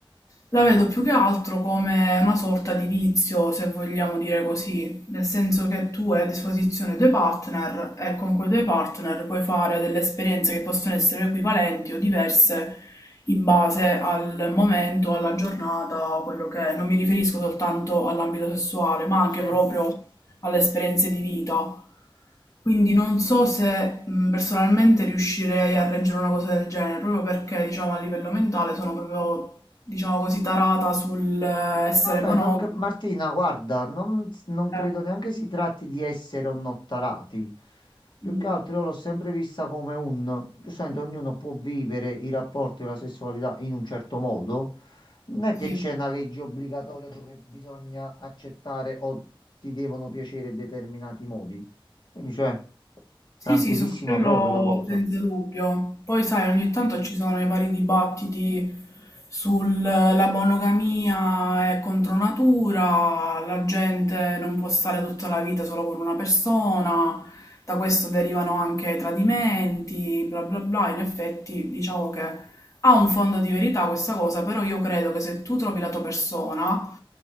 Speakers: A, on the left; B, on the left.
A: La vedo più che altro come una sorta di vizio, se vogliamo dire così, nel senso che tu hai a disposizione due partner e con quei due partner puoi fare delle esperienze che possono essere equivalenti o diverse in base al momento, alla giornata, quello che è. Non mi riferisco soltanto all'ambito sessuale, ma anche
B: Sì.
A: proprio alle esperienze di vita. Quindi non so se mh, personalmente riuscirei a reggere una cosa del genere, proprio perché, diciamo, a livello mentale sono proprio diciamo così, tarata sull'essere
B: Vabbè,
A: monogama.
B: non cre- Martina, guarda, non, non credo
A: Eh,
B: neanche si tratti di essere onnottarati. Più
A: mm,
B: che altro io l'ho sempre vista come un... Giustamente ognuno può vivere i rapporti e la sessualità in un certo modo. Non è
A: sì.
B: che c'è una legge obbligatoria dove bisogna accettare o ti devono piacere determinati modi. Quindi, cioè,
A: Sì,
B: tranquillissima
A: sì, su quello
B: proprio la cosa.
A: senza dubbio. Poi sai, ogni tanto ci sono i vari dibattiti sulla monogamia è contro natura, la gente non può stare tutta la vita solo con una persona, da questo derivano anche i tradimenti, bla bla bla. In effetti, diciamo che Ha un fondo di verità questa cosa, però io credo che se tu trovi la tua persona